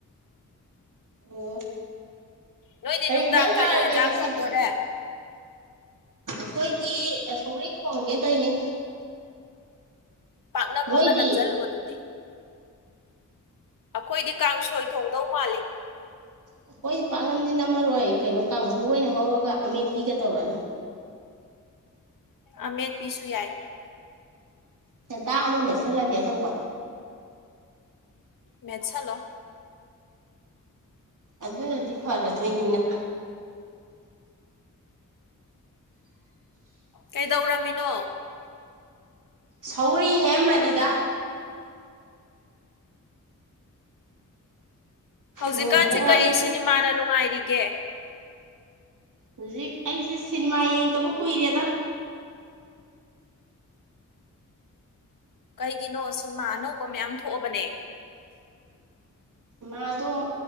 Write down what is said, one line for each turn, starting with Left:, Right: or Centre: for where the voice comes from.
Right: ꯑꯣ
Left: ꯅꯣꯏꯗꯤ
Right: ꯀꯔꯤ
Left: ꯅꯨꯡꯗꯥꯡ
Right: ꯌꯦꯟꯖꯥꯡ ꯆꯥꯔꯒꯦ
Left: ꯀꯔꯤ ꯍꯦꯟꯖꯥꯡ
Right: ꯉꯁꯤꯗꯤ
Left: ꯊꯣꯡꯗꯣꯔꯦ
Right: ꯑꯩꯈꯣꯏꯗꯤ ꯁꯧꯔꯤ ꯊꯣꯡꯉꯒꯦ ꯇꯧꯅꯦ
Left: ꯄꯥꯛꯅꯝ
Right: ꯅꯣꯏꯗꯤ
Left: ꯑꯃ ꯅꯝꯁꯤꯜꯂꯨ ꯑꯗꯨꯗꯤ ꯑꯩꯈꯣꯏꯗꯤ ꯀꯥꯡꯁꯣꯏ ꯊꯣꯡꯗꯧ ꯃꯥꯜꯂꯤ
Right: ꯑꯩꯈꯣꯏꯗꯤ ꯄꯥꯛꯅꯝꯗꯤ ꯅꯝꯃꯔꯣꯏ ꯀꯩꯅꯣ ꯀꯥꯡꯍꯧꯕ ꯑꯣꯏꯅ ꯉꯧꯔꯒ ꯑꯃꯦꯠꯄꯤꯤꯒ ꯇꯧꯔꯛꯅꯤ
Left: ꯑꯃꯦꯠꯄꯤꯁꯨ ꯌꯥꯏ
Right: ꯁꯦꯇꯥꯥꯛ ꯑꯃ ꯃꯦꯠꯁꯤꯜꯂꯒꯦ ꯇꯧꯕ
Left: ꯃꯦꯠꯁꯂꯣ
Right: ꯑꯗꯨꯅꯗꯤ ꯐꯔꯗꯣꯏꯅꯤꯅ
Left: ꯀꯩꯗꯧꯔꯝꯃꯤꯅꯣ
Right: ꯁꯧꯔꯤ ꯍꯦꯛ ꯑꯝꯕꯅꯤꯗ
Left: ꯍꯧꯖꯤꯛꯀꯥꯟꯁꯦ
Right: ꯂꯣꯏꯕꯗ ꯉꯥꯏꯔꯤ
Left: ꯀꯔꯤ ꯁꯤꯅꯤꯃꯥꯅ ꯅꯨꯡꯉꯥꯏꯔꯤꯒꯦ
Right: ꯍꯧꯖꯤꯛ ꯑꯩꯁꯦ ꯁꯤꯅꯤꯃꯥ ꯌꯦꯡꯗꯕ ꯀꯨꯏꯔꯦꯗ
Left: ꯀꯩꯒꯤꯅꯣ ꯁꯤꯟꯃꯥ ꯑꯅꯧꯕ ꯃꯌꯥꯝ ꯊꯣꯛꯑꯕꯅꯦ
Right: ꯃꯗꯣ